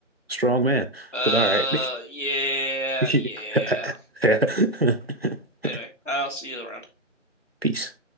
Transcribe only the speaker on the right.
Strong man.
But all right.
<laughs>
Peace.